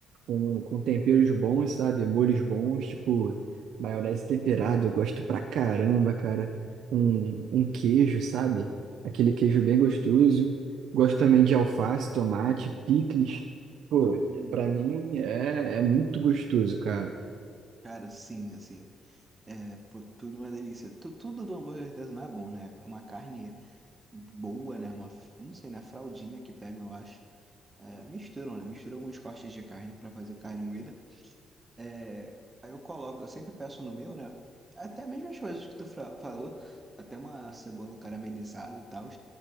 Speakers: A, on the right (about 75°); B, on the right (about 20°).
A: com, com temperos bons, sabe? Molhos bons, tipo maionese temperada, eu gosto pra caramba, cara. Um, um queijo, sabe? Aquele queijo bem gostoso. Gosto também de alface, tomate, picles. Pô,
B: Uhum.
A: pra mim é, é muito gostoso, cara.
B: Cara, sim, assim. É, pô, tudo uma delícia. Tu- Tudo do hambúrguer artesanal é bom, né? Uma carne. boa, né? Uma, eu não sei, né? Fraldinha que pegam, eu acho. É, misturam, né? Misturam alguns cortes de carne pra fazer carne moída. É, aí eu coloco, eu sempre peço no meu, né? Até mesmo as coisas que tu fra- falou, até uma cebola caramelizada e tal. A